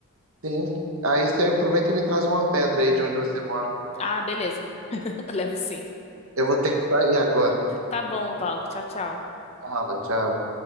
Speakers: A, on the right; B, on the left.
A: Sim. Aí você aproveita e me traz uma pedra aí de onde você mora.
B: Ah, beleza. <laughs> Levo sim.
A: Eu vou ter que sair agora.
B: Tá bom, Glauco. Tchau, tchau.
A: Fala, tchau.